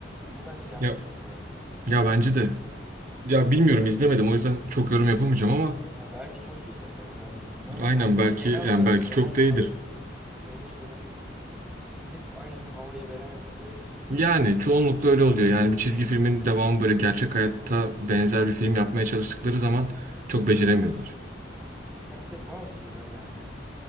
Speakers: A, in the centre; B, on the right.
A: bunu bence yanlış
B: Ya
A: yapıyorlar.
B: ya bence de. Ya bilmiyorum izlemedim o yüzden çok yorum yapamayacağım ama
A: Ya belki çok iyidir tabii ben de bilmiyorum
B: aynen
A: da ama
B: belki
A: genel
B: yani
A: olarak
B: belki
A: genel
B: çok da
A: olarak
B: iyidir.
A: böyle şeyler çok pek aynı havayı veremedikleri için işte
B: Yani
A: yok hep
B: çoğunlukla öyle oluyor. Yani bir çizgi filmin devamı böyle gerçek hayatta benzer bir film yapmaya
A: Hı hı.
B: çalıştıkları zaman çok beceremiyorlar.
A: ya bir de bazı şeyler yani